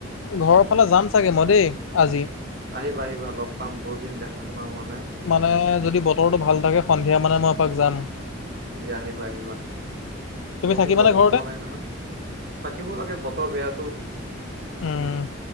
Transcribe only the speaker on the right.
আহিবা আহিবা লগ পাম বহুত দিন দেখা শুনা হোৱা নাই
দিয়া আহিবা আহিবা
বহু
দিন লগো
পোৱা নাই নহয় থাকিব লাগে ৰ বেয়াাতটো